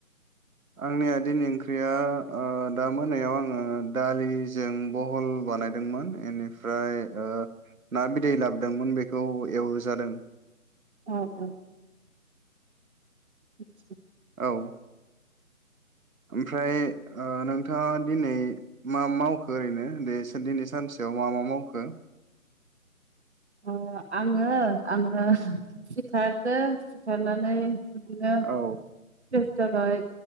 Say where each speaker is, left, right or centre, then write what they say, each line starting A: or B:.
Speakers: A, on the right; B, on the right.
A: आंनि आ दिनि ओंख्रिया ओ दा मोनायाव आङो दालिजों बहल बानायदोंमोन एनिफ्राय ओ ना बिदै लाबोदोंमोन बेखौ एवजादों।
B: अ अ <inaudible>
A: औ। ओमफ्राय ओ नोंथाङा दिनै मा मावखो ओरैनो दे एसे दिनै सानसेयाव मा मा मावखो?
B: अ आङो आङो सिखारदो सिखारनानै बिदिनो
A: औ
B: फ्रेस जाबाय